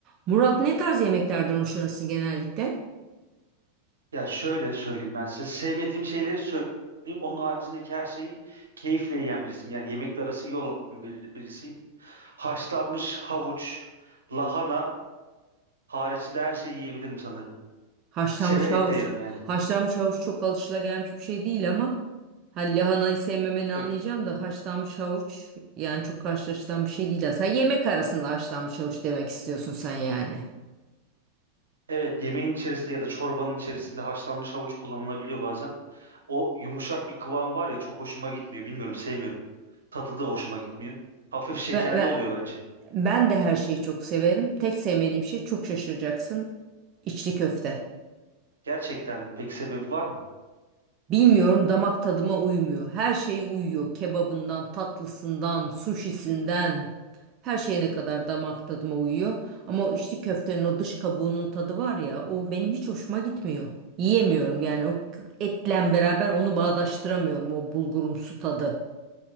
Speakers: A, on the right; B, on the right.
A: Murat ne tarz yemeklerden hoşlanırsın genellikle?
B: Ya şöyle söyleyeyim ben size. Sevmediğim şeyleri söyleyeyim. Onun haricindeki her şeyi keyifle yiyen birisiyim. Yani yemekle arası iyi olan bir- birisiyim. Haşlanmış havuç, lahana haricinde her şeyi yiyebilirim sanırım.
A: Haşlanmış
B: Severek
A: havuç.
B: de yerim yani.
A: Haşlanmış havuç çok alışılagelmiş bir şey değil ama hani lahanayı sevmemeni anlayacağım
B: Yok,
A: da haşlanmış havuç yani çok karşılaşılan bir şey değil. Sen yemek arasında haşlanmış havuç demek istiyorsun sen yani.
B: Evet yemeğin içerisinde ya da çorbanın içerisinde haşlanmış havuç kullanılabiliyor bazen. O yumuşak bir kıvamı var ya çok hoşuma gitmiyor. Bilmiyorum sevmiyorum. Tadı da hoşuma gitmiyor. Hafif
A: Ben,
B: şekerli
A: ben,
B: oluyor bence.
A: ben de her şeyi çok severim. Tek sevmediğim şey çok şaşıracaksın. içli köfte.
B: Gerçekten pek sebebi var mı?
A: Bilmiyorum damak tadıma uymuyor. Her şey uyuyor. Kebabından, tatlısından, suşisinden, her şeyine kadar damak tadıma uyuyor. Ama o içli köftenin o dış kabuğunun tadı var ya, o benim hiç hoşuma gitmiyor. Yiyemiyorum yani o etle beraber onu bağdaştıramıyorum o bulgurumsu tadı.